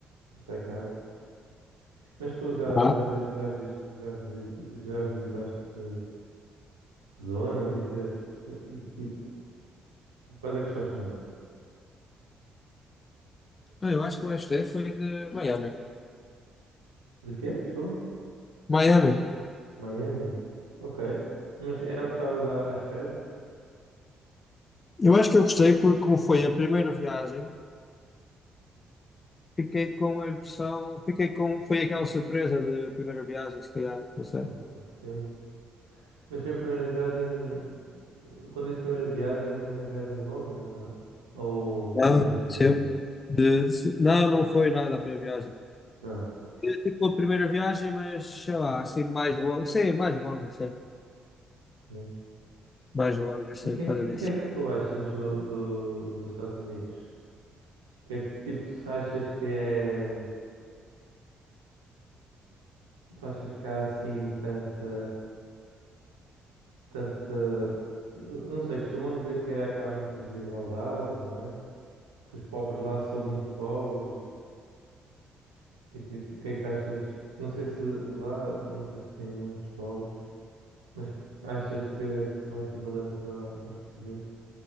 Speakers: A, on the right; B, on the left.
A: sai caro. Mas tu já,
B: Ah,
A: já, vi- já, visiste, já, visi- já visitaste que, que zonas e que. E, e- quais é que gostaste mais?
B: Ah, eu acho que mais gostei foi de Miami.
A: De quê? Desculpa?
B: Miami.
A: Miami. Ok. Mas era o que estavas à à espera?
B: Eu acho que eu gostei porque, como foi a primeira viagem, fiquei com a impressão. Fiquei com. Foi aquela surpresa da primeira viagem, se calhar, não sei.
A: Ok, sim. Mas foi a primeira viagem. Quando diz primeira viagem, é a primeira viagem longa, não? Ou,
B: Não,
A: ou mesmo primeira
B: sim.
A: viagem?
B: De- de- não, não foi nada a primeira viagem.
A: Ah,
B: Tipo, a primeira viagem, mas sei lá, assim mais longa. Sim, mais longa, sim.
A: ok.
B: Mais longa, sim,
A: E o que,
B: por
A: é que,
B: causa disso.
A: e que é que tu achas do, do- dos Estados Unidos? que é que tipo tu achas que é. Tu achas que há assim tanta. tanta. n- Não sei, costumam dizer que, é, que há muita desigualdade, não é? Que os pobres lá são muito pobres. E tipo, o que é que achas? Não sei se lá, não sei se tem muitos pobres. Mas achas que, que são equivalentes a- aos portugueses?